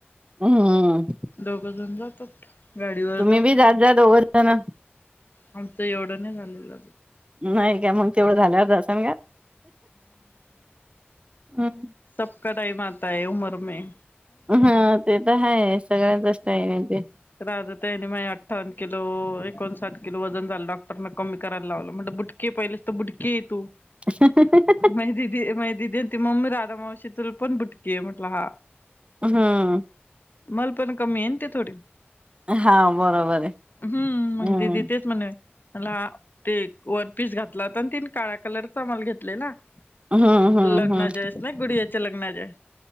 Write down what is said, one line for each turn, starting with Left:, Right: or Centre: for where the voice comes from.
Right: हमम.
Left: दोघं जण जातात गाडीवर
Right: तुम्ही
Left: जातात.
Right: बी जात जा दोघं जण
Left: आमच एवढं नाही झालेलं.
Right: नाही का मग तेवढं झाल्यावरचसन का हम्.
Left: सब का टाइम आता ह उमर मे
Right: हा ते तर आहेाय सगळ्यांचच्टाई ते
Left: राह त्यानी अठ्ठवनिलोणसाठिलो वजन झालं डॉक्टरन कमी करायला लावलं म्हणट बुट के पाहिलेस तर बुडके तू
Right: अ.
Left: मा दिदी मा दिदी आणि ती मम्मी राधा मावशी तुला पण बुटकी आहे म्हटला हा.
Right: हा.
Left: मल पण कमी आहे ते थोडी
Right: हा बरोबर आहे.
Left: हम्म
Right: हम्म
Left: मग दिदी तेच म्हणावे. मला ते वन पीस घातलाता तीन काळा्या कलरचामला घेतलेला.
Right: हम्म हम्म
Left: लगना
Right: हम्म
Left: जायस नाही गुडयाच्या लगना जाय.